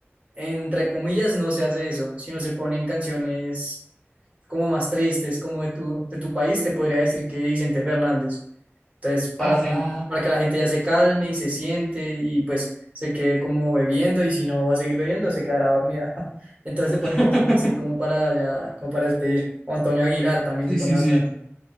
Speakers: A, on the right; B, on the left.
A: entre comillas, no se hace eso, sino se ponen canciones como más tristes, como de tu, de tu país, te podría decir que Vicente Fernández. Entonces, para,
B: Ajá.
A: sen- para que la gente ya se calme y se siente y pues se quede como bebiendo y si no va a seguir bebiendo, se quedará dormida. <laughs> Entonces se ponen
B: <laughs>
A: canciones así como para ya, como para despedir. O Antonio Aguilar también
B: Sí,
A: se pone
B: sí,
A: bastante.
B: sí.